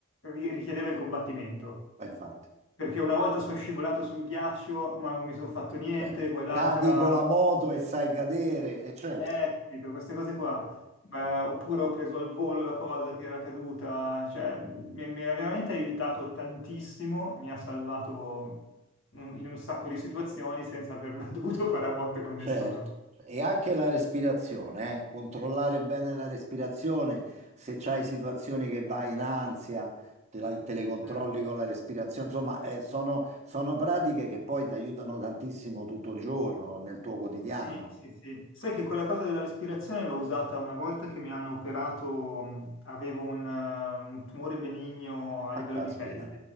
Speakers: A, on the left (about 65°); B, on the right (about 35°).
A: ri- richiedeva il combattimento.
B: Ma infatti,
A: perché una volta sono scivolato sul ghiaccio, ma non mi sono fatto niente,
B: cioè,
A: quell'altra...
B: cadi con la moto e sai cadere, e certo.
A: Eh, capito, queste cose qua.
B: certo,
A: Ma-
B: certo.
A: oppure ho preso al volo la cosa che era caduta, cioè mi, mi ha veramente aiutato tantissimo, mi ha salvato un- in un sacco di situazioni senza aver mai <laughs> dovuto fare a botte con
B: Certo,
A: nessuno.
B: e anche la respirazione, eh. Controllare bene la respirazione, se c'hai situazioni che vai in ansia, te, la- te le controlli
A: Mm.
B: con la respirazione, insomma, eh, sono, sono pratiche che poi ti aiutano tantissimo tutto il giorno nel tuo quotidiano.
A: Sì, sì, sì. Sai
B: Ah,
A: che quella cosa della respirazione l'ho usata una volta che mi hanno operato, mh, avevo un, eh, un tumore benigno a
B: ah,
A: livello
B: caspita.
A: di pelle,